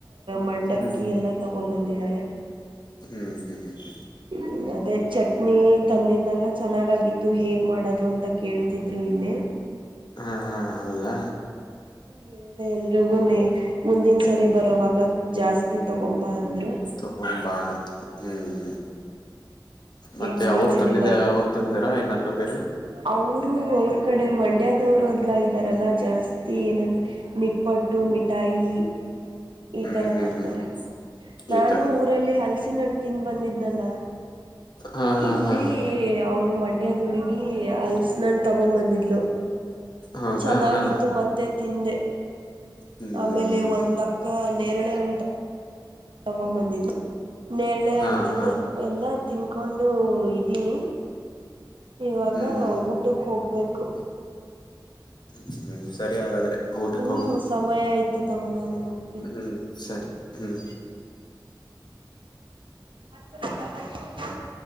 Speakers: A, on the right; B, on the left.
A: ಮಂಡಕ್ಕಿ
B: ಹ್ಮ್
A: ಎಲ್ಲ ತಗೊಂಡ ಬಂದಿದ್ದಾಳೆ.
B: ಹ್ಮ್ ಹ್ಮ್ ಹ್ಮ್ ಹ್ಮ್
A: ಹ್ಮ ಅದೇ ಚಟ್ನಿ ತಂದಿದ್ನಲ್ಲ ಚೆನ್ನಾಗಾಗಿತ್ತು ಹೇಗ್ ಮಾಡೋದು ಅಂತ ಕೇಳ್ತ ಇದ್ರು ಇಲ್ಲಿ
B: ಹಾ ಹಾ ಹಾ ಹೌದಾ
A: <inaudible> ಮುಂದಿನ ಸರಿ ಬರೋವಾಗ ಜಾಸ್ತಿ ತಗೊಂಬ ಅಂದ್ರು.
B: ತಗೊಂಬಾ ಹ್ಮ್ ಹ್ಮ ಮತ್ತೆ
A: ಮುಂದಿನ
B: ಅವರು
A: ಸರಿ
B: ತಂದಿದ ಅವರು ತಂದಿದ್ದಾರ ಏನಾದ್ರು ಬೇರೆ
A: ಅವ್ರು ಅವ್ರ ಕಡೆ ಮಂಡ್ಯದವರ ಎಲ್ಲಾ ಇದ್ದಾರಲ್ಲ ಜಾಸ್ತಿ ಏನಂದರೆ ನಿಪ್ಪಟ್ಟು ಮಿಠಾಯಿ. ಈ
B: ಹ್ಮ್
A: ತರ
B: ಹ್ಮ್
A: ತರ್ತಾರೆ
B: ಹ್ಮ್
A: ನಾನು
B: ಈ ತರದ
A: ಊರಲ್ಲಿ ಹಲಸಿನ ಹಣ್ಣ ತಿಂದ ಬಂದಿದ್ನಲ್ಲ.
B: ಹಾ ಹಾ
A: ಇಲ್ಲಿ
B: ಹಾ
A: ಅವ್ಳ ಮಂಡ್ಯದ ಹುಡ್ಗಿ ಅಲ್ಸ ನನ್ನ ತುಗೊಂದ ಬಂದಿದ್ಲು.
B: ಹೌದಾ
A: ಚೆನ್ನಾಗಿತ್ತು
B: ಹಾ
A: ಮತ್ತೆ ತಿಂದೆ
B: ಹ್ಮ್
A: ಆಮೇಲೆ
B: ಹ್ಮ್
A: ಒಂದ ಕ್ಕ ನೇರಳೆ ಹನ್ನ ತುಗೊಂದ ಬಂದಿದ್ಲು ನೇರಳೆ
B: ಹಾ
A: ಅನ್ನ ತಿಂದೆ
B: ಹಾ
A: ಎಲ್ಲಾ ತಿನ್ಕೊಂಡು ಇದ್ದೀನಿ. ಇವಾಗ
B: ಹ್ಮ್ ಹ್ಮ್
A: ಊಟಕ್ಕ ಹೋಗ್ಬೇಕು.
B: ಹ್ಮ ಸರಿ ಹಾಗಾದ್ರೆ ಊಟಕ್ಕ
A: ಹ್ಞೂ
B: ಹೋಗ
A: ಸಮಯ ಆಯಿತು ತಗೋ ನಾನು ಹೋಗ್ತೀನಿ
B: ಹ್ಮ ಸರಿ ಹ್ಮ.
A: <unintelligible>